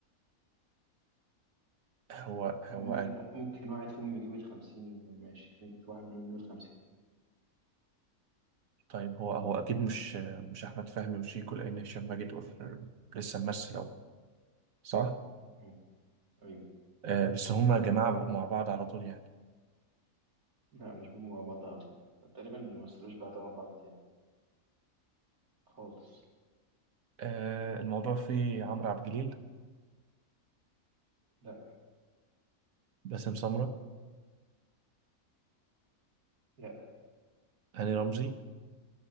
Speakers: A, on the right (about 70°); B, on the right (about 85°).
A: هو هو
B: أو ممكن لا ممكن واحد فيهم يجيب الخمسين ماشي في, في واحد منهم يجيب الخمسين
A: طيب هو هو اكيد مش مش احمد فهمي وشيكو لان هشام ماجد قر- لسه ممثل اهو صح
B: مم. أيوة
A: آه بس هما جماعه بقوا مع بعض على طول يعني
B: لا مش بيبقوا مع بعض على طول تقريبا ما مثلوش بعض مع بعض تاني خالص
A: آه الموضوع فيه عمرو عبد الجليل
B: لا
A: باسم سمره
B: لا
A: هاني رمزي